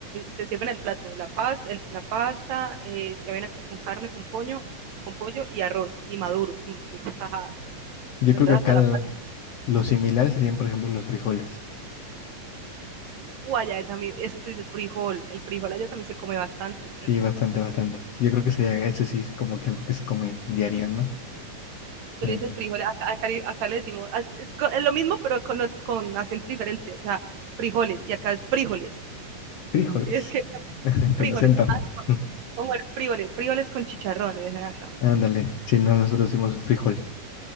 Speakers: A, on the right (about 70°); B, on the left (about 65°).
A: te sirven el plato, la, pas, el, la pasta, eh, ya viene con carne, con pollo, con pollo y arroz y maduro, mm, que es tajadas así.
B: Yo
A: Pero
B: creo
A: entonces
B: que
A: hasta
B: acá
A: la pasta,
B: lo similar serían, por ejemplo, los frijoles.
A: uh, allá también, eso tú dices frijol, el frijol allá también se come bastante, ¿cierto?
B: Sí, bastante, bastante. Yo creo que sería, eso sí es como que algo que se come diario, ¿no?
A: Tú
B: Ahí
A: le dices
B: va.
A: frijol, acá, acá, acá le decimos, ah, es, con, es, lo mismo pero con, con acento diferente, o sea, frijoles y acá es frijoles,
B: Frijoles.
A: ¿sí? es que
B: <laughs>
A: frijoles,
B: Con acento.
A: ajá,
B: <laughs>
A: como el frijoles, frijoles con chicharrón, le dicen acá.
B: Ándale. Sí, no, nosotros decimos frijol.